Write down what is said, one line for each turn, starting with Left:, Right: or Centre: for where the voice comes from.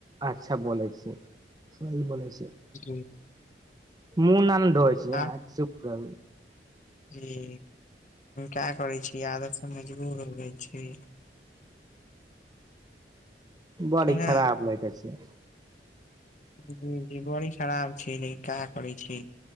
Right: अच्छा बोलै छियै सही बोलै छियै
Left: जी
Right: मुंह ना न धोय छियै
Left: आ
Right: आशुक कभी
Left: जी का करै छी आदत से मजबूर हो जाइ छै।
Right: बड़ी
Left: कि ने
Right: खराब लगै छै।
Left: जी जी बड़ी खराब छै लेकिन का करै छी।